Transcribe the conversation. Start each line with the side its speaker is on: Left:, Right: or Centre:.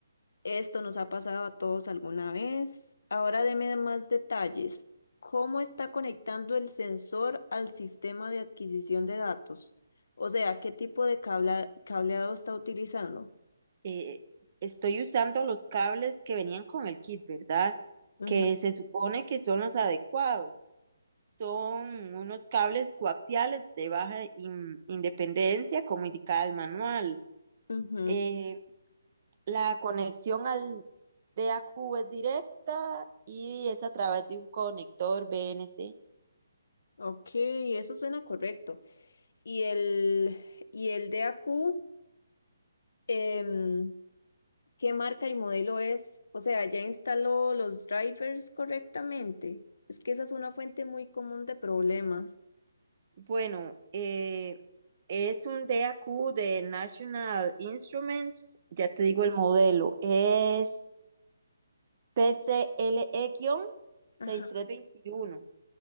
Left: Esto nos ha pasado a todos alguna vez. Ahora deme más detalles. ¿Cómo está conectando el sensor al sistema de adquisición de datos? O sea, ¿qué tipo de cabla- cableado está utilizando?
Right: eh, estoy usando los cables que venían con el kit, ¿verdad?
Left: Ujú,
Right: Que se supone que son los adecuados. Son unos cables coaxiales de baja in- independencia, como indicaba el manual.
Left: ujú.
Right: Eh, la conexión al DAQ es directa y es a través de un conector BNC.
Left: Ok, eso suena correcto. Y el, y el DAQ, em, ¿qué marca y modelo es? O sea, ¿ya instaló los drivers correctamente? Es que esa es una fuente muy común de problemas.
Right: Bueno, eh, es un DAQ de National Instruments, ya te digo el modelo, es P C L E seis PCLE-6321.
Left: Ajá,